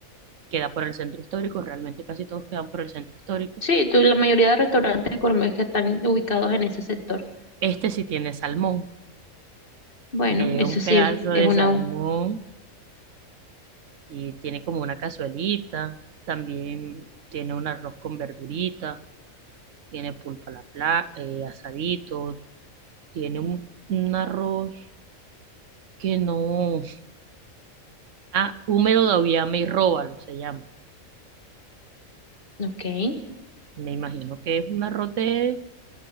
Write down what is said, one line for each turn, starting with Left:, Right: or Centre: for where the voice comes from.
Right: queda por el centro histórico, realmente casi todos quedan por el centro histórico.
Left: Sí, tú- la mayoría de restaurantes gourmet que están ubicados en ese sector.
Right: Este sí tiene salmón,
Left: Bueno,
Right: le dio
Left: eso
Right: un
Left: sí
Right: pedazo
Left: es
Right: de
Left: una...
Right: salmón
Left: u-
Right: y tiene como una cazuelita, también tiene un arroz con verdurita, tiene pulpa a la pla- eh, asadito, tiene un, un arroz que no, ah, húmedo de auyama y róbalo se llama.
Left: Ok.
Right: Me imagino que es un arroz de,